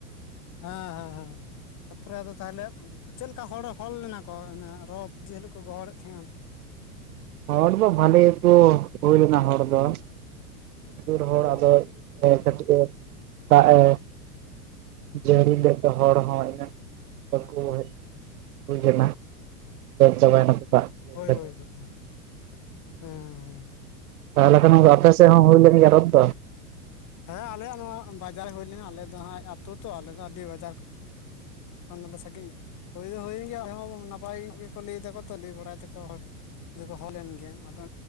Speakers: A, on the left; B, on the right.
A: ᱦᱮᱸ ᱦᱮᱸ ᱦᱮᱸ᱾ ᱛᱟᱯᱚᱨᱮ ᱟᱫᱚ ᱛᱟᱦᱚᱞᱮ ᱪᱮᱫ ᱞᱮᱠᱟ ᱦᱚᱲ ᱦᱚᱲ ᱞᱮᱱᱟ ᱠᱚ ᱚᱱᱟ ᱨᱚᱛ ᱡᱮ ᱦᱤᱞᱳᱜ ᱠᱚ ᱜᱚᱦᱚᱲᱮᱫ ᱛᱟᱦᱮᱱ?
B: ᱦᱚᱲ ᱫᱚ ᱵᱷᱟᱹᱞᱤ ᱜᱮᱠᱚ ᱦᱩᱭ ᱞᱮᱱᱟ ᱦᱚᱲ ᱫᱚ <unintelligible> ᱟᱨ ᱦᱚᱲ
A: ᱚ
B: ᱟᱫᱚ <unintelligible> ᱫᱟᱜ ᱮ ᱡᱟᱹᱲᱤ ᱞᱮᱜ ᱛᱮ ᱦᱚᱲ ᱦᱚᱸ ᱤᱱᱟᱹᱜ ᱵᱟᱠᱚ ᱦᱮᱡ ᱦᱩᱭ ᱮᱱᱟ᱾ <unintelligible> ᱫᱟᱜ
A: ᱦᱳᱭ
B: ᱠᱷᱟᱹᱛᱤᱨ
A: ᱦᱳᱭ ᱦᱳᱭ ᱦᱮᱸ᱾
B: ᱛᱟᱦᱚᱞᱮ ᱠᱷᱟᱱ ᱟᱯᱮ ᱥᱮᱫ ᱦᱚᱸ ᱦᱩᱭ ᱞᱮᱱ ᱜᱮᱭᱟ ᱨᱚᱛᱷ ᱫᱚ?
A: ᱦᱮᱸ ᱟᱞᱮᱭᱟᱜ ᱱᱚᱣᱟ ᱵᱟᱡᱟᱨ ᱨᱮ ᱦᱩᱭ ᱞᱮᱱᱟ᱾ ᱟᱞᱮ ᱫᱚ ᱦᱟᱸᱜ ᱟᱹᱛᱳ ᱛᱚ ᱟᱞᱮ ᱫᱚ ᱟᱹᱰᱤ ᱵᱟᱡᱟᱨ ᱠᱷᱟᱱ ᱫᱚᱞᱮ ᱥᱟᱸᱜᱤᱧ, ᱦᱩᱭ ᱫᱚ ᱦᱩᱭᱮᱱ ᱜᱮᱭᱟ ᱟᱞᱮ ᱦᱚᱸ ᱱᱟᱯᱟᱭ ᱜᱮᱠᱚ ᱞᱟᱹᱭ ᱫᱟᱠᱚ ᱛᱚ ᱞᱟᱹᱭ ᱵᱟᱲᱟᱭ ᱫᱟᱠᱚ ᱦᱚᱲ᱾ ᱫᱮᱠᱚ ᱦᱚ ᱞᱮᱱ ᱜᱮᱭᱟ᱾ ᱟᱫᱚ